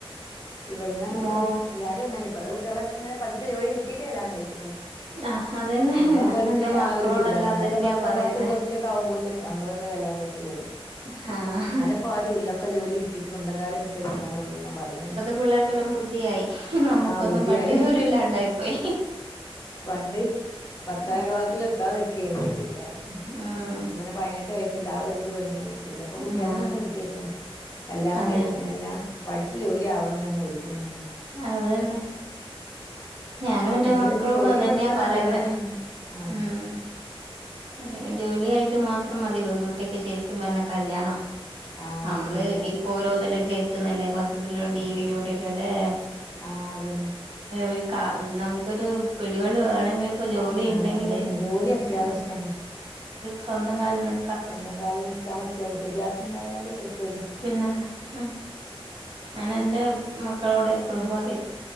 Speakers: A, on the left (about 30°); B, on the right (about 65°).
A: ഇവടന്നങ്ങട്ട്
B: മോ
A: എല്ലാരുംങ്ങനെപ്പത്തെ കുട്ടിയേളൊക്കെങ്ങനെ പഠിച്ച ജോലി കിട്ടിട്ട് കല്യാണം കഴിക്കണള്ളു
B: ആ അതന്നെ
A: നമ്മളെ
B: ഞാനും
A: പോലത്തെ
B: എന്റെ മക്കളോടെല്ലാം
A: ആഹ് ഒരു ഇതില്ല അന്നോക്കെ
B: അതന്നെയാ
A: പത്താം
B: പറയുന്നേ
A: ക്ലാസ് പ്ലസ്ടു ഒക്കെ ആകുമ്പോത്തിന് നമ്മളൊക്കെ കല്യാണം കയ്ക്ക് ച്ചു വന്നു
B: ഹ ഹ്
A: ഇപ്പാ രുല്ലക്കെ ജോലി കിട്ടിട്ട് സ്വന്തം കാലിന്നട്ടെകല്യാണുള്ളൂ ന്നാ പറീണെന്നെ
B: പിള്ളേർക്കല്ലം ബുദ്ധിയായി നമ്മുക്കൊന്നും
A: ബുദ്ധിയായി
B: പണ്ടേ വിവരല്ലാണ്ടായിപ്പോയി
A: പണ്ട് പത്താം
B: ആ
A: ക്ലാസ് ലെത്താ നി ക്കറുന്നു കെട്ടിക്കാൻ
B: ഉം
A: ഇപ്പൊ പിനെ പയ്നെട്ട് വയസിന്റെ ആഹ് ഒരിത് വന്ന് പിന്നെ പ്പംകുട്ടിയക്കു
B: ആ
A: നല്ല ബുദ്ധി യെച്ച്ണ് കല്യാണം
B: അതെ
A: കഴിഞ്ഞ പഠിച്ചു ജോലി ആവണംന്ന പിന്നോൽക്കും തന്നെ
B: അതന്നെ ഞാനും എൻ്റെ
A: അല്ലെങ്കിൽ
B: മക്കളോടും
A: ഒരു ജോലി
B: അതന്നെ
A: പഠിച്ചണ
B: പറയുന്നെ
A: നല്ലതന്നെയാണ് ആഹ്
B: ഉം ഒന്നുങ്കി ജോലിയായിട്ട് മാത്രം മതി പെൺകുട്ട്യക്ക് ശരിക്കും പറഞ്ഞ കല്യാണം.
A: ആഹ്
B: നമ്മള്
A: പിന്നെന്താ
B: ഇപ്പൊ ഓരോതല കേക്ക്ന്നല്ലേ പത്രത്തിലും ടിവിലൂടെ
A: ആഹ് അതന്നെ
B: ല്ല ലെ
A: ആഹ് അതന്നെ
B: ഒരു ക നമുക്കൊരു പിടിവള്ളി വേണങ്കിൽ ഇപ്പൊ ജോലി
A: ആഹ്
B: ഇണ്ടങ്കില്
A: അതന്നെ ജോലി അത്യാവശ്യാണ്
B: അ സ്വന്തം കാൽ ന്ന്
A: സ്വന്തം കാലിൽ നിൽക്കാൻ പറ്റ്യ വിദ്യാഭ്യാസം ഉണ്ടായാല് പറ്റുല്ലോ.
B: പിന്നെന്താ ഉം ഞാൻ എൻ്റെ മക്കളോട് എപ്പളും പറിം